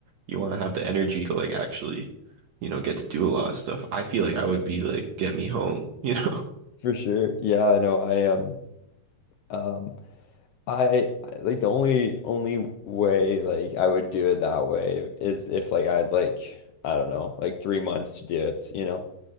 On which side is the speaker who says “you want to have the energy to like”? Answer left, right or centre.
Right